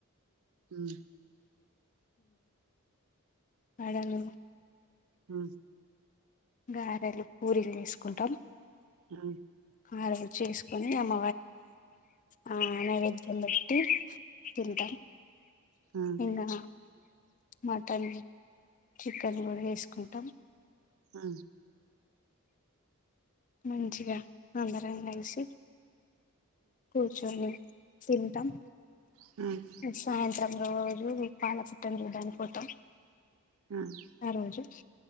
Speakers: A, on the right; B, on the left.
A: మ్
B: వడలు
A: ఆ.
B: గారెలు పులులు చేసుకుంటాం.
A: ఆ.
B: ఆ రోజు చేసుకొని ఆమ్. ఆ‌ నైవేద్యం బేట్ టి తింటం
A: హ్మ్ హ్మ్
B: ఇంగా. మటన్ చికెన్ కూడా చేసుకుంటాం.
A: ఆ.
B: మంచిగా అందరం కలిసి. షి కూర్చుని తింటాం
A: హ్మ్ హ్మ్
B: సాయంత్. ప్రతి రోజు పాలపెట్టిన చూడానికి పోతాం.
A: హ్మ్
B: ఆ రోజు.